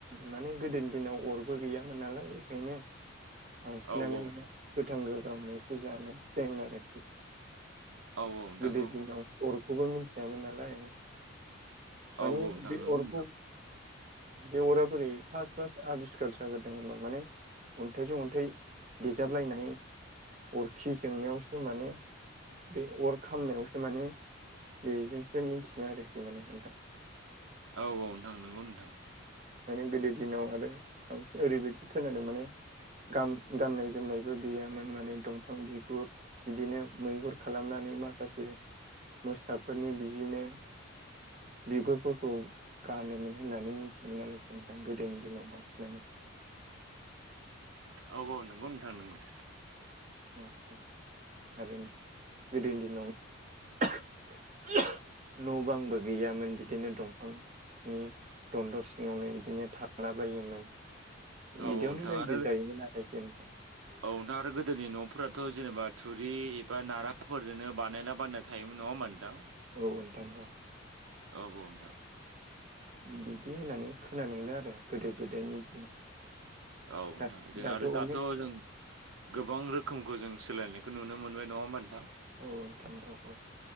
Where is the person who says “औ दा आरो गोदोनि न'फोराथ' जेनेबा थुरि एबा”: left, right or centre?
Right